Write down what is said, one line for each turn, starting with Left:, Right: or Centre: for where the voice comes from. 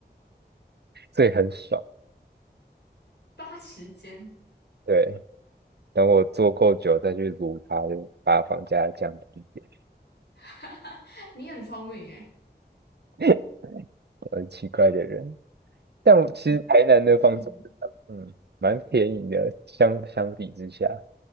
Right: <laughs> 所以很爽。
Left: 八十间，
Right: 对，等我做够久再去撸它，就把房价降低一点。
Left: <laughs> 你很聪明诶，
Right: <laughs> 我很奇怪的人，但我其实台南的房子，
Left: 你嗯，
Right: 嗯，蛮便宜的，相相比之下，